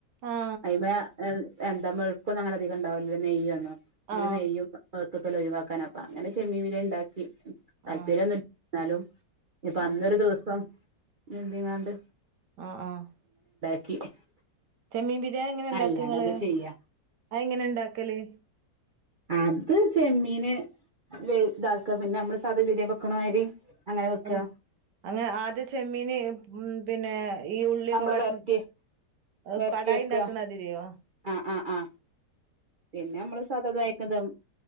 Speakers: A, on the right; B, on the right.
A: ആ
B: അവ എന്താ മെഴുക്കും അങ്ങനെ അധികംണ്ടാവില്ല നെയ്യൊന്നോ ഇങ്ങനെ
A: ആ
B: നെയ്യും <unintelligible> പസ്തുക്കൾ ഒഴിവാക്കാനൊക്കെ അങ്ങനെ ചെമ്മീൻ ബിരിയാണി ഉണ്ടാക്കി <unintelligible>
A: ആ
B: ന്നാലും ഇപ്പൊ അന്നൊരു
A: ആ
B: ദിവസം എന്തിനാണ്ട്?
A: ആഹ് ആഹ്
B: <inaudible>
A: ചെമ്മീൻ ബിരിയാണി എങ്ങനെ ഇണ്ടാക്ക
B: അല്ലാണ്ട്
A: ഇങ്ങള്,
B: എന്താ ചെയ്യാ
A: അയ് എങ്ങനെ ഉണ്ടാക്കല്
B: അത് ചെമ്മീന് വലുതാക, പിന്നെ നമ്മള് സാധാ ബിരിയാൻ വെക്കണമാതിരി അങ്ങനെ വെക്കുക
A: ആഹ്, ആ ആദ്യ ചെമ്മീന് ഹ്മ്മ് പിന്നെ ഈ ഉള്ളിയൊക്കെ
B: നമ്മള്
A: വാട്ടും
B: വരട്ടി
A: അ
B: വരട്ടി
A: കടായി
B: വെക്ക
A: ഉണ്ടാക്ക്ണ ആതിരിയോ
B: ആ ആ ആ പിന്നെ നമ്മള് സതാതായ്ക്കധമം